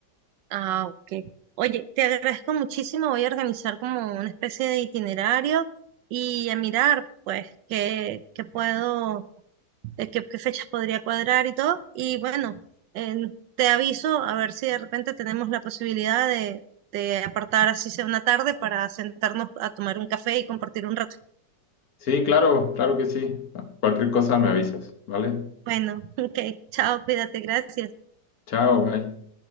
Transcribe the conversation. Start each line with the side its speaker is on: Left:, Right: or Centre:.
Right: Ah, ok. Oye, te agradezco muchísimo, voy a organizar como una especie de itinerario y a mirar pues qué, qué puedo, eh, qué, qué fechas podría cuadrar y todo. Y bueno, eh, te aviso a ver si de repente tenemos la posibilidad de, de apartar así sea una tarde para sentarnos a tomar un café y compartir un rato.
Left: Sí, claro, claro que sí. Cualquier cosa me avisas, ¿vale?
Right: Bueno, <laughs> ok, chao, cuídate, gracias.
Left: Chao, bye.